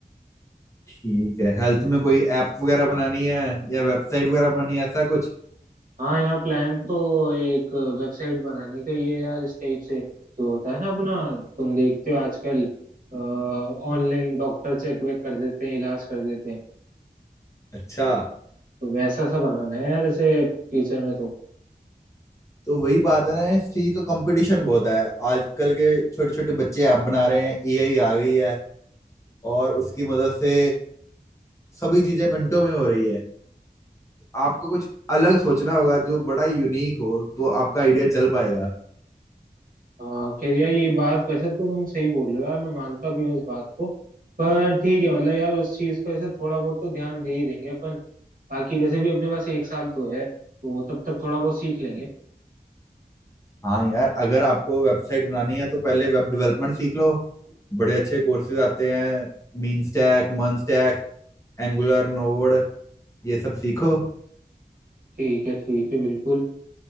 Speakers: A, on the left; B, on the right.
A: ठीक है हेल्थ में कोई ऐप वगैरह बनानी है या वेबसाइट वगैरह बनानी है ऐसा कुछ
B: हाँ यार प्लान तो एक वेबसाइट बनाने का ये है यार इस टाइप से जो होता है ना अपना तुम देखते हो आजकल ऑनलाइन डॉक्टर चेक वेक कर देते हैं इलाज कर देते हैं
A: अच्छा
B: तो वैसा सा बनाना है यार ऐसे फ्यूचर में तो
A: तो वही बात है ना इस चीज का कंपटीशन बहुत है आजकल के छोटे छोटे बच्चे ऐप बना रहे हैं एआई आ गई है और उसकी मदद से सभी चीजें मिनटों में हो रही है आपको कुछ अलग सोचना होगा जो बड़ा यूनिक हो तो आपका आइडिया चल पाएगा
B: आ, खैर यार ये बात वैसे तो तुम सही बोल रहे हो यार मैं मानता भी हूँ इस बात को पर ठीक है मतलब यार उस चीज को ऐसे थोड़ा बहुत तो ध्यान दे ही देंगे अपन बाकी वैसे भी अपने पास एक साल तो है तो वो तब तक थोड़ा बहुत सीख लेंगे
A: हाँ यार अगर आपको वेबसाइट बनानी है तो पहले वेब डेवलपमेंट सीख लो बड़े अच्छे कोर्सेज आते हैं मीन स्टैक मन स्टैक एंगुलर नोड ये सब सीखो
B: ठीक है ठीक है बिल्कुल